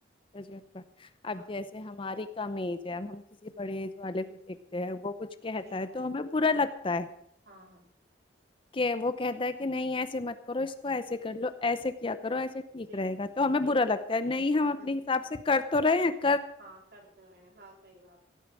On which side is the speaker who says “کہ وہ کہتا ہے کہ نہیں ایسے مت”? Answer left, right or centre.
Left